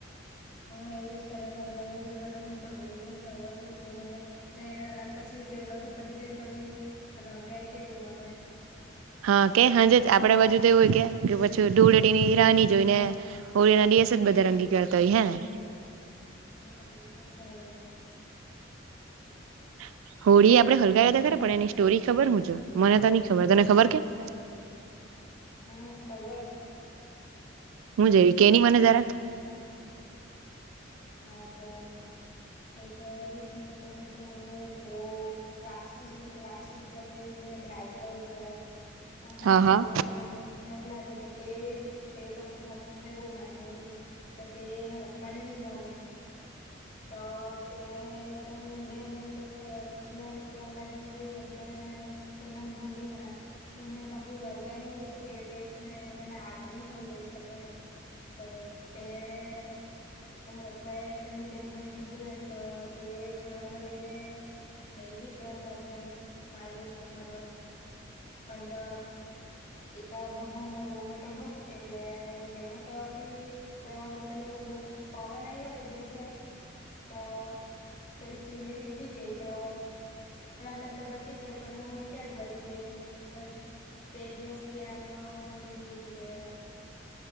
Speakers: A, on the left (about 40°); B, on the right (about 85°).
A: હા એવું જ કરે. જુમને તો ગોળું ગ ફરવાનું ગમે ને પછી. તે બધું પતી જાય પછી રંગાય તેવું ગમે.
B: હા કે હાજે જ આપડે બાજુ તો એવું હોય કે પછી ધોળેટીની રાની જોઈ ને હોળ. કેસ બદરંગી કરતા હોય હે.
A: હા બહ મજા આવે.
B: <inaudible> હોળી આપડે હલગાવ હતા ખે પણ એની સ્ટોરી ખબર હું જો મને તો નઈ ખબર તને ખબર કે. <inaudible>
A: હા ખબર.
B: હું જેવી કેની મને જરાક.
A: હા કે. એક હિરાણ કસ પણ અમને એક બ રાક્ષસ રાક્ષસ દ છે. બાદજ ઉ તોય તેનાપરાણ
B: હા હા
A: નામ. લા ત તે તે પાસે ભગવાનને બહ મનેવ તો તે ના પપા ને ન. ગમે. તો તેને ત બેન એટલે પ પ્રહલાદ ની ફું એમ. તના હોલિકા તનેહું વરદાન એવું હતું કે તે ને તને આવ. નિનીહલ કરી શકે એમ તો તેને. એના પપ્પા એ તેની બેહેનને કીધું એમ તો તે ઘોડામાં લઈને. બેહી પ્રહલાદને એ મારી લખવા હારું એમ પણ તો. કેતા ભગવાનને બહ મતભત એટલે બેહ તો બ પ. બ પવા નહી બ તે દિવસે તો. તરી ચુનેડી ઉડી ગઈ તો. પહેલા તો બચી ગયા પણ હોળ એકા જ બરી ગઈ એ. તે્રે દિવસેથી આમ હોળી હજુ એ.